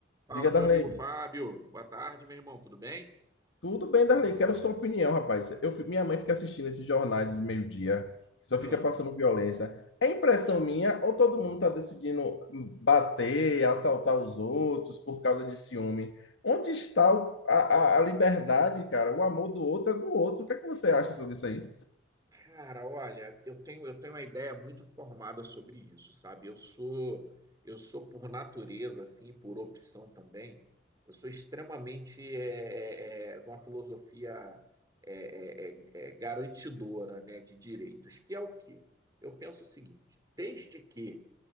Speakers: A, on the right; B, on the left.
A: Fala,
B: Diga,
A: meu
B: Darley.
A: amigo Fábio. Boa tarde, meu irmão. Tudo bem?
B: Tudo bem, Darley. Quero sua opinião, rapaz. Eu, fi- minha mãe fica assistindo esses jornais de meio-dia, que só fica
A: Hum,
B: passando violência. É impressão minha ou todo mundo está decidindo bater, assaltar os outros por causa de ciúme? Onde está o- a, a- a liberdade, cara? O amor do outro é do outro. O que é que você acha sobre isso aí?
A: Cara, olha, eu tenho, eu tenho uma ideia muito formada sobre isso, sabe? Eu sou, eu sou por natureza, assim, por opção também. Eu sou extremamente é, é, é, de uma filosofia é, é, é, é, garantidora, né, de direitos, que é o quê? Eu penso o seguinte: desde que